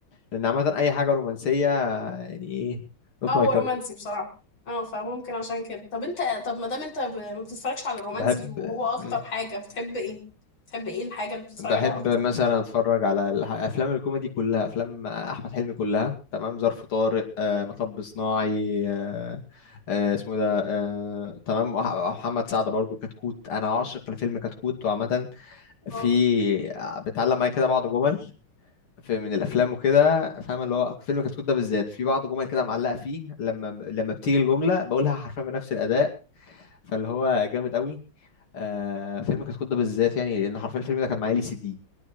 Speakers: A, on the left (about 80°); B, on the left (about 65°).
A: لان عامه اي حاجه رومانسيه آه، يعني ايه نوت
B: اه هو
A: ماي تايب
B: رومانسي بصراحه اه فممكن عشان كده طب انت طب ما دام انت ب... ما بتتفرجش على الرومانسي
A: بحب
B: وهو اكتر
A: مم.
B: حاجه بتحب ايه بتحب ايه الحاجه اللي بتتفرج
A: بحب
B: عليها اكتر
A: مثلا اتفرج على الح- افلام الكوميدي كلها افلام احمد حلمي كلها تمام ظرف طارق آه، مطب صناعي آه، آه اسمه إيه ده آه تمام وح- محمد سعد برضو كتكوت انا عاشق لفيلم كتكوت وعامه في
B: اه
A: بتعلم معايا كده بعض جمل في من الافلام وكده فاهم اللي هو فيلم كتكوت ده بالذات في بعض جمل كده معلقه فيه لما ب- لما بتيجي الجمله بقولها حرفيا بنفس الاداء فاللي هو جامد قوي آه فيلم كتكوت ده بالذات يعني لان حرفيا الفيلم ده كان معايا لي سي دي